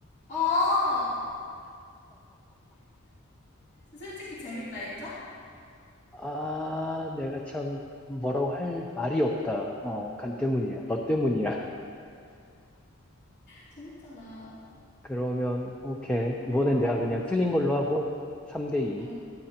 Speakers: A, on the left (about 50°); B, in the centre.
A: 아, 솔직히 재밌다, 인정?
B: 아, 내가 참 뭐라고 할 말이 없다. 어, 간 때문이야. 너 때문이야.
A: 재밌잖아.
B: <laughs> 그러면, 오케이. 이번엔
A: 내봐.
B: 내가 그냥
A: 문제
B: 틀린
A: 내봐.
B: 걸로 하고, 3 대 2.
A: 응,